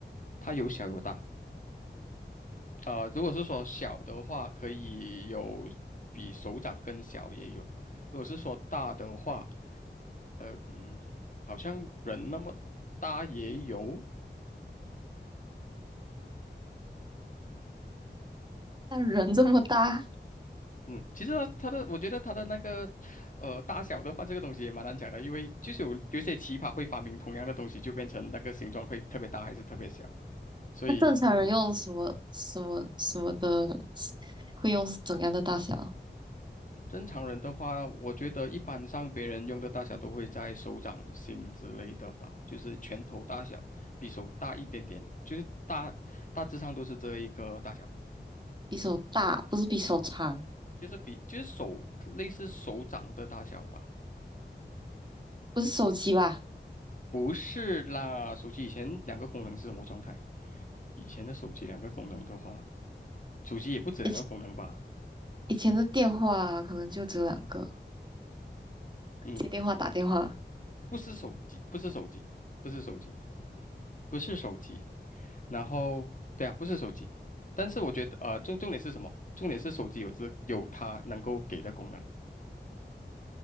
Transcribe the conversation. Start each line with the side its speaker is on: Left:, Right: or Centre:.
Left: 它有小有大。呃，如果是说小的话，可以有比手掌更小也有；如果是说大的话，呃嗯，好像人那么大也有，
Right: 像人这么大？
Left: 嗯，其实它它的，我觉得它的那个，呃，大小的话，这个东西也蛮难讲的，因为就是有有一些奇葩会发明同样的东西，就变成那个形状会特别大还是特别小，所以就
Right: 那正常人用什么什么什么的，会用怎样的大小？
Left: 正常人的话，我觉得一般上别人用的大小都会在手掌心之类的吧，就是拳头大小，比手大一点点，就是大大致上都是这一个大小，
Right: 比手大，不是比手长，
Left: 就是比就是手类似手掌的大小吧。
Right: 不是手机吧？
Left: 不是啦，手机以前两个功能是什么状态？以前的手机两个功能的话，手机也不止两个功能吧？
Right: 以前以前的电话可能就只有两个，
Left: 嗯，
Right: 接电话、打电话，
Left: 不是手机，不是手机，不是手机，不是手机。然后，对啊，不是手机。但是我觉得，呃，重重点是什么？重点是手机有这有它能够给的功能。